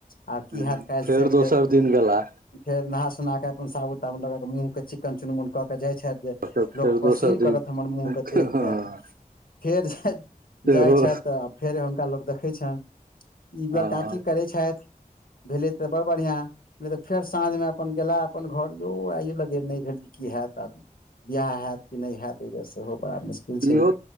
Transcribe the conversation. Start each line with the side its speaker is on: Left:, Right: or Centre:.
Left: आ
Right: मुँह
Left: की हैत काल्हि से फेर।
Right: दोसर दिन गेला
Left: फेर नहा सुोनाे अपन साबुन यमुन लगाके मुँह चिकन चुनमु कऽ के जाइ छथि जे
Right: तब
Left: लोक
Right: फेर
Left: पसीन
Right: दोसर दिन
Left: करत हमर मुँह
Right: हँ
Left: के देख के। फेर
Right: सेहो
Left: जाइ छथि आ फेर हुनका लोग देखै छनि ई
Right: हँ
Left: लड़का की करै छथि? भेले ते बड़ बढ़िया त फेर साँझ मे अपन गेला अपन घर यो ओ लगे नहि भेल की हयत आ बियाह होत कि नहि हयत एहि बेर सेहो बड़ा मुश्किल छैय।
Right: इहो